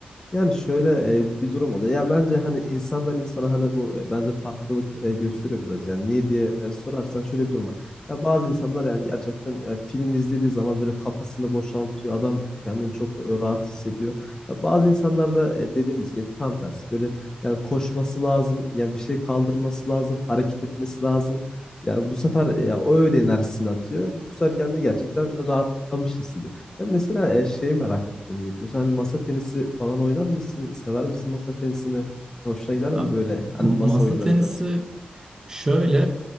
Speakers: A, on the left; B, on the right.
A: Yani şöyle e, bir durum oluyor. Ya bence hani insandan insana hani bu e, bence farklılık e, gösteriyor biraz. Yani niye diye e, sorarsan şöyle bir durum var. Ya bazı insanlar yani gerçekten ya film izlediği zaman böyle kafasını boşaltıyor. Adam kendini çok e, rahat hissediyor. Ya bazı insanlar da e, dediğimiz gibi tam tersi böyle yani koşması lazım. Yani bir şey kaldırması lazım. Hareket etmesi lazım. Yani bu sefer e, ya o öyle enerjisini atıyor. Bu sefer kendini gerçekten rahatlamış hissediyor. Ben mesela e, şeyi merak ettim Yiğit. Mesela hani masa tenisi falan oynar mısın? Sever misin masa tenisini? Hoşuna gider mi
B: Ya,
A: böyle? Hani
B: m-
A: masa
B: Masa
A: oyunları
B: tenisi
A: biraz.
B: Şöyle